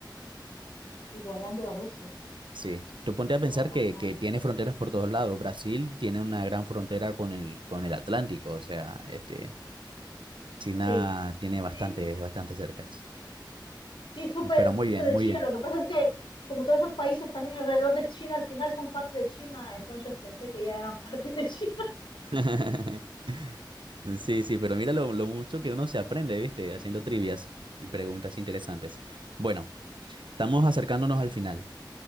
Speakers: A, on the left; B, on the right.
A: igualando a Rusia.
B: Sí, tú ponte a pensar
A: Wow.
B: que, que tiene fronteras por todos lados. Brasil tiene una gran frontera con el, con el Atlántico, o sea, este, China
A: Sí,
B: tiene
A: sí,
B: bastante, bastante cercas.
A: sí, supe,
B: Pero muy
A: supe
B: bien,
A: de
B: muy
A: China.
B: bien.
A: Lo que pasa es que como todos esos países también alrededor de China al final son parte de China, entonces pensé que ya eran <laughs> parte de China.
B: <laughs> Sí, sí, pero mira lo, lo mucho que uno se aprende, ¿viste? Haciendo trivias y preguntas interesantes. Bueno, estamos acercándonos al final.